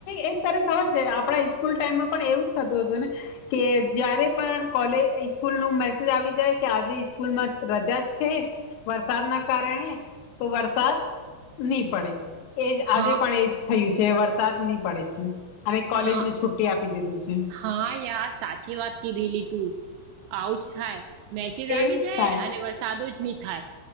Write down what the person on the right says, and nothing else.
હા
હા
હા યા સાચી વાત કીધેલી તું. આવુંજ થાય મેચેજ
આવી જાય
અને વરસાદો જ નહી થાય.